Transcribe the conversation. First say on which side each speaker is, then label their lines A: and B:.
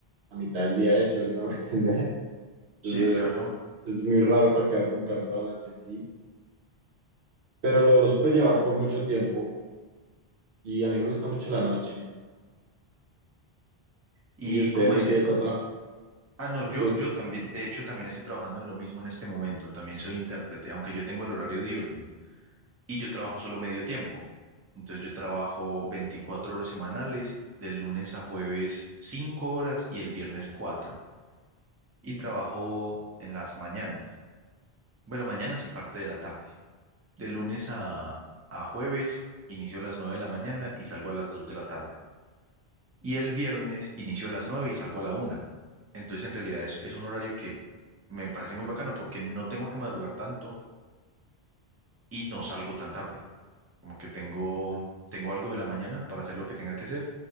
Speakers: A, on the right (about 80°); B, on the right (about 15°).
A: la mitad del día hecho, ¿sí me voy a entender? Entonces,
B: Sí, claro.
A: es muy raro para quedar con personas y así, pero lo, lo supe llevar por mucho tiempo y a mí me gusta mucho la noche.
B: ¿Y
A: ¿Y usted
B: cómo
A: en
B: es?
A: qué
B: e-
A: está
B: co-
A: atrás?
B: Ah, no, yo,
A: Y tú,
B: yo también, de hecho, también estoy trabajando en lo mismo en este momento. También soy intérprete, aunque yo tengo el horario diurno y yo trabajo solo medio tiempo. Entonces yo trabajo 24 horas semanales, del lunes a jueves 5 horas y el viernes 4. y trabajo en las mañanas. Bueno, mañanas y parte de la tarde. De lunes a, a jueves inicio a las 9 de la mañana y salgo a las 2 de la tarde. Y el viernes inicio a las 9 y salgo a la una Entonces, en realidad es, es un horario que me parece muy bacano porque no tengo que madrugar tanto y no salgo tan tarde. Como que tengo, tengo algo de la mañana para hacer lo que tenga que hacer.